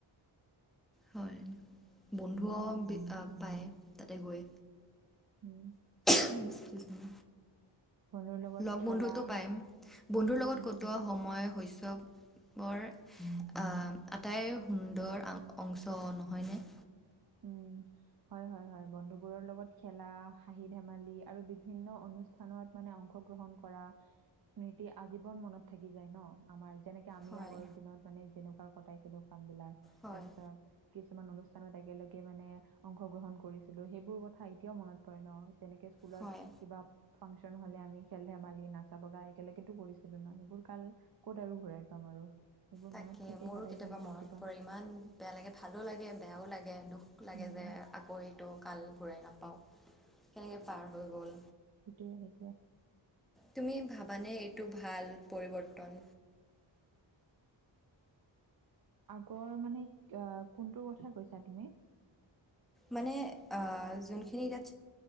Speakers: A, in the centre; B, on the right (about 50°).
A: হয়। বন্ধুও
B: উম
A: বি পায়। তাতে গৈ
B: উম,
A: এক্সকিউজ মি
B: বন্ধুৰ লগত
A: লগ
B: খেলা
A: বন্ধুতো পাইম বন্ধুৰ লগত
B: উম
A: কটোৱা
B: হম
A: সময় শস্য বৰ আহ, আটাই সুন্দৰ। অংশ নহয়নে।
B: উম, হয় - হয় - হয় বন্ধুবোৰৰ লগত খেলা হাহি ধেমালি আৰু বিভিন্ন অনুষ্ঠানত মানে অংশগ্ৰহণ কৰা স্মৃতি আজীৱন মনত থাকি যায় ন। আমাৰ যেনেকে আমি
A: হয়
B: আগৰ দিনত মানে যেনেকুৱা কটাইছিলো কামবিলাক
A: হয়
B: তাৰপিছত কিছুমান অনুষ্ঠানত একেলগে মানে অংশগ্ৰহণ কৰিছিলো সেইবোৰ কথা এতিয়াও মনত পৰে ন। যেনেকে স্কুলত
A: হয়
B: কিবা ফাংচন হলে আমি খেল ধেমালি নাচা বগা একেলগেতো কৰিছিলো ন সেইবোৰ কাল ক'ত আৰু ঘুৰাই পাম আৰু। সেইবোৰ
A: তাকে
B: মনত থাকে
A: মোৰো
B: সদায়
A: কেতিয়াবা
B: কাৰণে
A: মনত
B: আজীৱন
A: পৰে ইমান বেয়া লাগে ভালো লাগে বেয়াও লাগে। দুখ লাগে
B: উম
A: যে আকৌ এইটো কাল ঘূৰাই নাপাও তেনেকে পাৰ হৈ গ'ল
B: সেইটোৱে - সেইটোৱে।
A: তুমি ভাবানে এইটো ভাল পৰিৱৰ্তন।
B: আগৰ মানে আহ, কোনটোৰ কথা কৈছা তুমি?
A: মানে যোনখিনি এতিাত